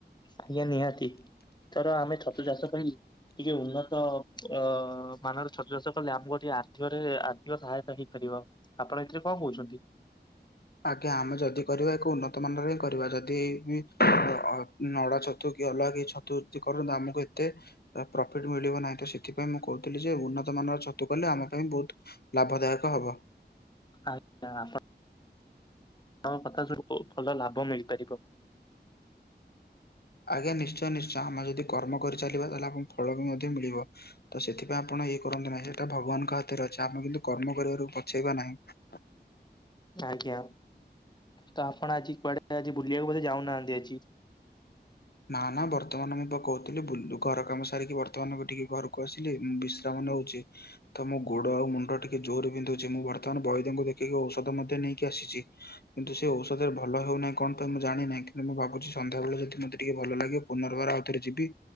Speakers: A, on the left (about 25°); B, on the left (about 65°).
A: ଆଜ୍ଞା ନିହାତି ଏଥର ଆମେ ଛତୁ ଚାଷ ପାଇଁ ଟିକେ ଉନ୍ନତ ଅ ମାନର ଛତୁ ଚାଷ କଲେ ଆମକୁ ଟିକେ ଆର୍ଥିକରେ ଆର୍ଥିକ ସହାୟତା ହେଇପାରିବ। ଆପଣ ଏଥିରେ କଣ କହୁଛନ୍ତି?
B: ଆଜ୍ଞା ଆମେ ଯଦି କରିବା ଏକ ଉନ୍ନତ ମାନରେ ହିଁ କରିବା ଯଦି ବି ଅ ନଡ଼ା ଛତୁ କି ଅଲଗା କି ଛତୁ ଯିଏ କରୁଚନ୍ତି ଆମକୁ ଏତେ ଏ ପ୍ରଫିଟ ମିଳିବ ନାହିଁ ତ ସେଥିପାଇଁ ମୁଁ କହୁଥିଲି ଯେ ଉନ୍ନତମାନର ଛତୁ କଲେ ଆମ ପାଇଁ ବହୁତ ଲାଭଦାୟକ ହବ।
A: ଆଜ୍ଞା ଆପ ହଁ କଥା ସ୍ଵରୁପୁ ଭଲ ଲାଭ ମିଳିପାରିବ।
B: ଆଜ୍ଞା ନିଶ୍ଚୟ ନିଶ୍ଚୟ ଆମେ ଯଦି କର୍ମ କରିଚାଲିବା ତାହେଲେ ଆମକୁ ଫଳ ବି ମଧ୍ୟ ମିଳିବ। ତ ସେଥିପାଇଁ ଆପଣ ଇଏ କରନ୍ତୁ ନାହିଁ ସେଟା ଭଗବାନଙ୍କ ହାତରେ ଅଛି ଆମେ କିନ୍ତୁ କର୍ମ କରିବାରୁ ପଛେଇବା ନାହିଁ।
A: ଆଜ୍ଞା। ତ ଆପଣ ଆଜି କୁଆଡ଼େ ଆଜି ବୁଲିବାକୁ ବୋଧେ ଯାଉନାହାନ୍ତି ଆଜି।
B: ନା ନା ବର୍ତ୍ତମାନ ମୁଁ ପା କହୁଥିଲି ବୁଲ ଘର କାମ ସାରିକି ବର୍ତ୍ତମାନ ଟିକେ ଘରକୁ ଆସିଲି ଉଁ ବିଶ୍ ଶ୍ରାମ ନଉଚି। ତ ମୋ ଗୋଡ଼ ଆଉ ମୁଣ୍ଡ ଟିକେ ଜୋରରେ ବିନ୍ଧୁଚି ମୁଁ ବର୍ତ୍ତମାନ ବୈଦଙ୍କୁ ଦେଖିକି ଔଷଧ ମଧ୍ୟ ନେଇକି ଆସିଚି। କିନ୍ତୁ ସେ ଔଷଧରେ ଭଲ ହଉନାହିଁ କଣ ପାଇଁ ମୁଁ ଜାଣିନାଇଁ କିନ୍ତୁ ମୁଁ ଭାବୁଛି ସନ୍ଧ୍ୟାବଳେ ଯଦି ମତେ ଟିକେ ଭଲ ଲାଗିବ ପୁନର୍ବାର ଆଉ ଥରେ ଯିବି